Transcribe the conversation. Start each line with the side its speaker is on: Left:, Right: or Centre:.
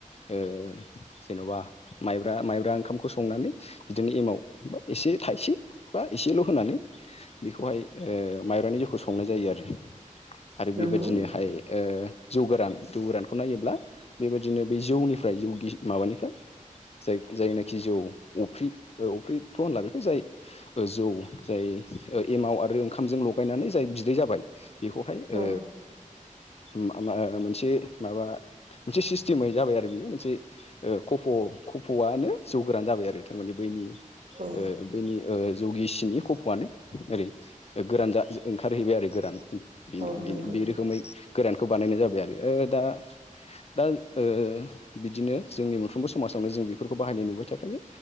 Left: ओ जेन'बा माइब्रा माइब्रा ओंखामखौ संनानै बिदिनो एमाव बा एसे थाइसे बा एसेल' होनानै बेखौहाय ओ माइब्रानि जिउखौ संनाय जायो आरो आरो
Right: नंगौ
Left: बेबायदिनोहाय जौ गोरान, जौ गोरानखौ नायोब्ला बेबायदिनो बे जौनि ओमफ्राय जौ गिस माबानिफ्राय जाय जायनाखि जौ अफ्रि, बे अफ्रिथ' होनला बेखौ जाय ओ जौ जाय एमाव आरो ओंखामजों लगायनानै जाय बिदै जाबाय बेखौहाय ओ
Right: औ
Left: मा मा मोनसे माबा मोनसे सिस्टेमै जाबाय आरो बियो। मोनसे ओ कफ' कफ'आनो जौवगोरान जाबाय आरो थारमाने बैनि
Right: औ
Left: ओ बैनि ओ जौगिसिनि खफ'आनो ओरै ओ गोरान जा ओंखारहैबाय आरो गोरान। बि
Right: औ
Left: बि
Right: नंगौ
Left: बि रोखोमै गोरानखौ बानायनाय जाबाय। आरो ओ दा दा ओ बिदिनो जोंनि मोनफ्रोमबो समाजावनो जों बेफोरखौ बाहायनाय नुबाय थाखायो।